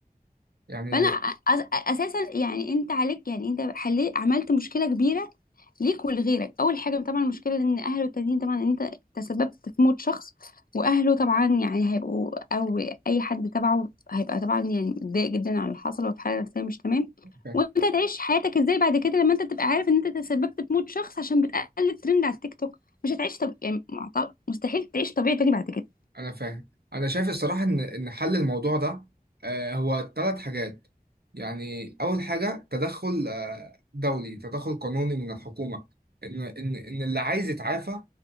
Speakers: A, on the right; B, on the left.
A: يعني
B: فانا أ- اساسا يعني انت عليك يعني انت حليت عملت مشكله كبيره ليك ولغيرك اول حاجه طبعا المشكله ان اهله التانيين طبعا انت تسببت في موت شخص واهله طبعا يعني هيبقوا او اي حد تبعه هيبقى طبعا يعني متضايق جدا على اللي حصل وفي حاله نفسيه مش تمام
A: يعني
B: وانت تعيش حياتك ازاي بعد كده لما انت تبقى عارف ان انت تسببت في موت شخص عشان بتقلد ترند على التيك توك مش هتعيش طب... يعني معط- مستحيل تعيش طبيعي تاني بعد كده
A: انا فاهم انا شايف الصراحه ان ان حل الموضوع ده آه، هو ثلاث حاجات يعني اول حاجه تدخل آه، دولي تدخل قانوني من الحكومه ان ان ان اللي عايز يتعافى